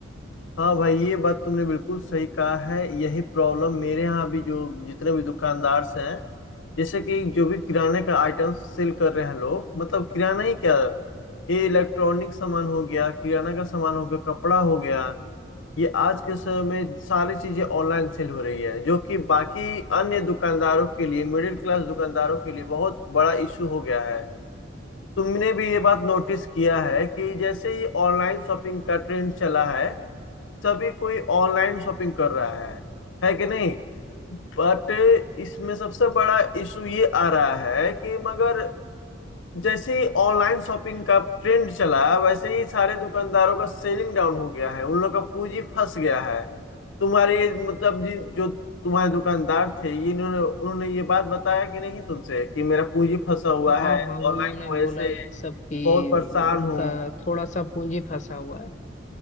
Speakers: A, on the left; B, on the left.
A: हाँ भाई ये बात तुमने बिल्कुल सही कहा है यही प्रॉब्लम मेरे यहाँ भी जो जितने भी दुकानदार हैं जैसे कि जो भी किराने का आइटम सेल कर रहे हैं लोग मतलब किराना ही क्या ये इलेक्ट्रॉनिक सामान हो गया किराना का सामान हो गया कपड़ा हो गया ये आज के समय में सारी चीजें ऑनलाइन सेल हो रही है जो कि बाकी अन्य दुकानदारों के लिए मिडिल क्लास दुकानदारों के लिए बहुत बड़ा इशू हो गया है तुमने भी ये बात नोटिस किया है कि जैसे ही ऑनलाइन शॉपिंग का ट्रेंड चला है सभी कोई ऑनलाइन शॉपिंग कर रहा है है कि नहीं बट इसमें सबसे बड़ा इशू ये आ रहा है कि मगर जैसे ही ऑनलाइन शॉपिंग का ट्रेंड चला वैसे ही सारे दुकानदारों का सेलिंग डाउन हो गया है उन लोग का पूंजी फंस गया है तुम्हारे मतलब जिन जो तुम्हारे दुकानदार थे ये इन्होंने उन्होंने ये बात बताया कि नहीं तुमसे कि मेरा पूंजी फंसा हुआ
B: हाँ
A: है
B: हाँ उन्होंने
A: ऑनलाइन की वजह
B: बोला
A: से
B: ये सब कि
A: बहुत परेशान
B: उनका
A: हूँ
B: थोड़ा सा पूंजी फंसा हुआ है